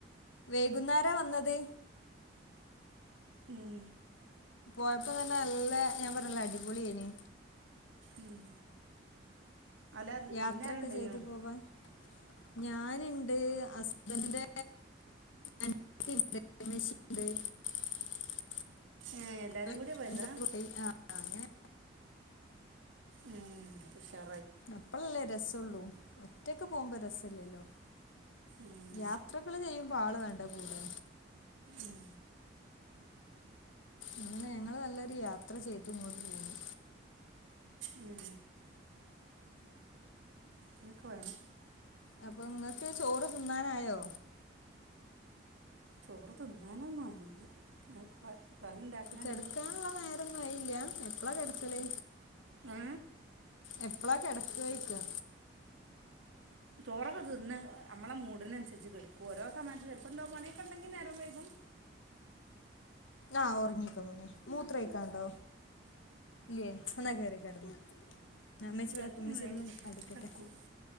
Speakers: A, on the left; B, on the right.
A: വേകുന്നേരവാ വന്നത്
B: ഉം
A: കുഴപ്പം ഒന്നുവില്ല നല്ല ഞാൻ പറഞ്ഞില്ല അടിപൊളിയായിനി
B: ഉം അല്ലാ
A: യാത്രയൊക്കെ
B: വിന്നറുണ്ട്നോ
A: ചെയ്ത് പോവാൻ ഞാനുണ്ട് അസ്ബറിന്റെ അനിയത്തി ഉണ്ട് <unintelligible>
B: ഏ എല്ലാരും
A: എന്റെ
B: കൂടിയ പോയതാ
A: കുട്ടി ആ ഞാൻ
B: ഉം അപ്പൊ ഉഷാ
A: അപ്പളല്ലേ രസവുള്ളൂ ഒറ്റക്ക് പോകുമ്പോ ര മില്ലല്ലോ
B: ഉം
A: യാത്രകള് ചെയ്യുമ്പോ ആള് വേണ്ടേ കൂടെ
B: ഉം
A: അങ്ങനെ ഞങ്ങള് നല്ലൊരു യാത്ര ചെയ്തു ഇങ്ങോട്ട് പോന്നു
B: ഉം അതൊക്കെ വേണം
A: അപ്പൊ നിങ്ങക്ക് ചോറ് തിന്നാറായോ
B: ചോറ് തിന്നാനൊന്നും ആയില്ല ഞാൻ ക- കറി ഉണ്ടാക്കണല്ലേ
A: കെടക്കാനുള്ള
B: ഉള്ളൂ
A: നേരൊന്നും ആയില്ലാ എപ്പളാ കെടക്കല്
B: ഏ?
A: എപ്പളാ കെടക്കാ ഇക്കാ
B: ചോറൊക്കെ തിന്ന് നമ്മടെ മൂഡിനനുസരിച്ച് കിടക്കും ഓരോ സമയത്തും ചെിലപ്പോ എന്തോ പണിയൊക്കെ ഉണ്ടെങ്കി നേരം വൈകും
A: ആ ഒറ <unintelligible> മൂത്രം ഒയിക്കാനുണ്ടോ ഇല്ലേ എന്നാ കേറി കെടന്നോ ആ ഉമ്മച്ചി ഇവിടെ
B: ചിലപ്പം
A: നിക്ക്‌ ഉമ്മച്ചി
B: വേഗം
A: ഇതൊന്ന് അടിക്കട്ടെ
B: കിടക്കും